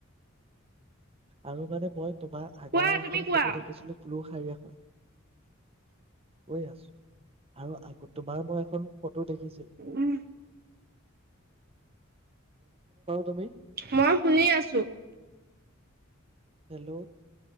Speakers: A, on the right; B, on the right.
A: আৰু মানে মই ত বা আগৰ
B: কোৱা
A: এখন
B: তুমি
A: ফটো
B: কোৱা
A: দেখিছিলো পুলু শাৰী এখন কৈ আছো আৰু আগ ত বাও মই এখন ফটো দেখিছিল
B: উম
A: তুমি?
B: মই শুনি আছো।
A: হেল্ল'।